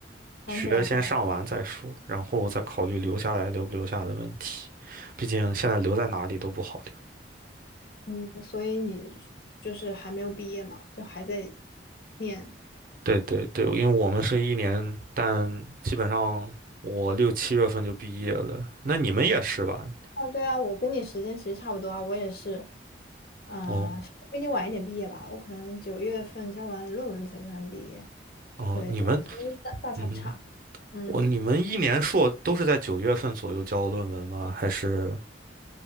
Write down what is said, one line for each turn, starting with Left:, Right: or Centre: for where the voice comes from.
Left: 想转行？
Right: 学先上完再说，然后再考虑留下来留不留下的问题。毕竟现在留在哪里都不好留。
Left: 嗯，所以你就是还没有毕业嘛，就还在念。
Right: 对对对，因为我们是一年，但基本上我六七月份就毕业了。那你们也是吧？
Left: 啊，对啊，我跟你时间其实差不多啊，我也是，啊、
Right: 哦
Left: 比你晚一点毕业吧，我可能九月份交完论文才算毕业。
Right: 哦，
Left: 对，
Right: 你们，
Left: 但是其实大大差不差。
Right: 嗯哼，
Left: 嗯，
Right: 我你们一年硕都是在九月份左右交论文吗？还是？